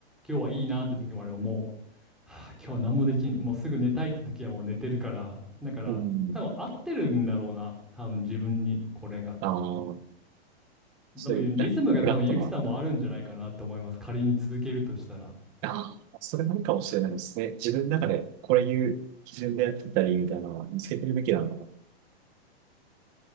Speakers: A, in the centre; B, on the right (about 30°).
A: 今日はいいなって時もあればもう、はあ、今日は何もできん、もうすぐ寝たいって時はもう寝てるから、だから多分合ってるんだろうな、
B: うん。
A: 多分自分にこれが。
B: ああ、そういうラフラットな。
A: でもリズムが多分ユキさんもあるんじゃないかなと思います。仮に続けるとしたら。
B: ああ、それなのかもしれないですね。自分の中でこれいう基準でやってたりみたいなのは見つけてるべきなのかな。